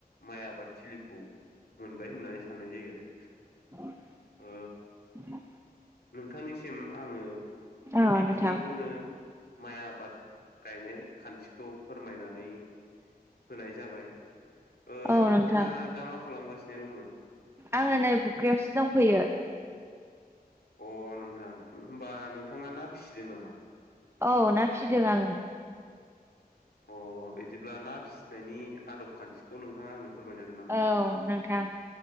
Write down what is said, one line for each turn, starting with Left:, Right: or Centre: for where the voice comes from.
Left: माइ आबाद थिलिखौ मोनबाय होननानै साननाय जायो आरो
Right: <unintelligible>
Left: ओ नोंथांनिसिम आङो
Right: औ
Left: बेखिनिखौनो
Right: नोंथां
Left: माइ आबाद गायनाय खान्थिखौ फोरमायनानै होनाय जाबाय ओ
Right: औ
Left: नोंथाङा
Right: नोंथां
Left: दा मा खालामगासिनो दंमोन
Right: आङो नै फुख्रियावसो दंफैयो
Left: अ नोंथां होमबा नोंथाङा ना फिसिदों नामा
Right: औ ना फिदों आङो
Left: अ बिदिब्ला ना फिसिनायनि आदब खान्थिखौ नोंथाङा आंनो फोरमायनो हागोन नामा?
Right: औ नोंथां